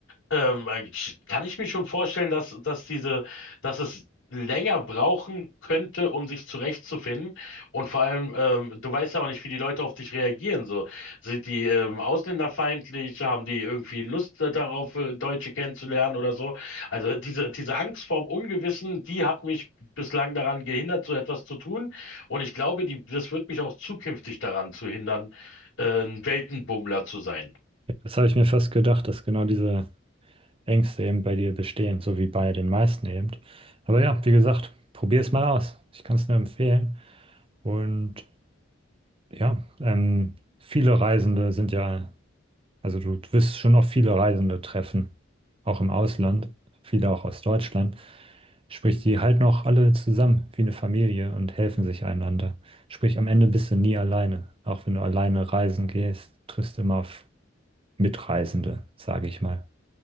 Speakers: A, on the left; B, on the right.
A: ähm, ich- kann ich mir schon vorstellen, dass, dass diese, dass es länger brauchen könnte, um sich zurechtzufinden. Und vor allem, ähm, du weißt ja auch nicht, wie die Leute auf dich reagieren. So, sind die ähm, ausländerfeindlich? Haben die irgendwie Lust darauf, äh, Deutsche kennenzulernen oder so? Also diese, diese Angst vorm Ungewissen, die hat mich bislang daran gehindert, so etwas zu tun. Und ich glaube, die, das wird mich auch zukünftig daran zu hindern, äh, ein Weltenbummler zu sein.
B: Das habe ich mir fast gedacht, dass genau diese Ängste eben bei dir bestehen, so wie bei den meisten eben. Aber ja, wie gesagt, probier es mal aus. Ich kann es nur empfehlen. Und ja, ähm, viele Reisende sind ja, also du wirst schon auf viele Reisende treffen, auch im Ausland, viele auch aus Deutschland. Sprich, die halten auch alle zusammen wie eine Familie und helfen sich einander. Sprich, am Ende bist du nie alleine. Auch wenn du alleine reisen gehst, triffst du immer auf Mitreisende, sage ich mal.